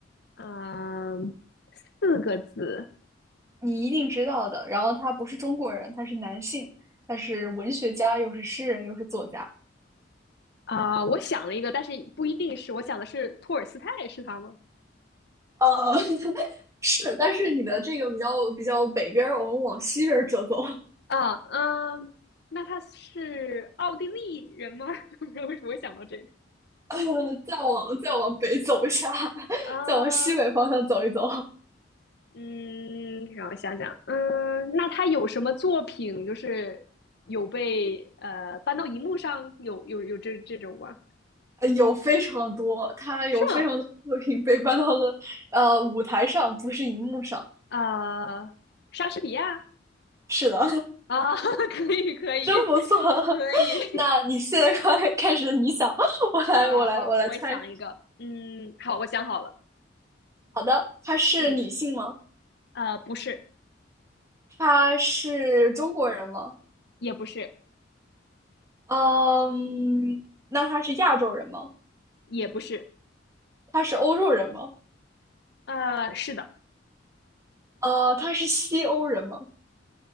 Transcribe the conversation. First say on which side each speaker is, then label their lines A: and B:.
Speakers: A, on the left; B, on the right.
A: 嗯、四个字
B: 你一定知道的。然后他不是中国人，他是男性，他是文学家，又是诗人，又是作家，
A: 啊、我想了一个，但是不一定是，我想的是托尔斯泰是他吗？
B: 呃，<laughs> 是，但是你的这个比较比较北边儿，我们往西边儿折走。
A: 啊，嗯，那他是奥地利人吗？<laughs> 不知道为什么会想到这个。
B: <laughs> 呃，再往再往北走一下，<laughs>
A: 啊，
B: 再往西北方向走一走，
A: 嗯，让我想想，嗯，那他有什么作品就是有被呃搬到荧幕上，有有有这这种吗？
B: 呃有非常多，他有非常多的作品被搬到了呃舞台上，
A: 是吗？
B: 不是荧幕上。
A: 呃，莎士比亚
B: 是的，
A: 啊，<laughs> 可以可以
B: <laughs> 真不错。
A: 可以，
B: <laughs> 那你现在快开始，你想，<laughs>
A: <laughs>
B: 我来，
A: 好好好，
B: 我来，我来猜。
A: 我想一个，嗯，好，我想好了，
B: 好的，她是女性吗？
A: 嗯，呃，不是，
B: 她是中国人吗？
A: 也不是，
B: 嗯，那她是亚洲人吗？
A: 也不是，
B: 她是欧洲人吗？
A: 呃，是的
B: 呃，她是西欧人吗？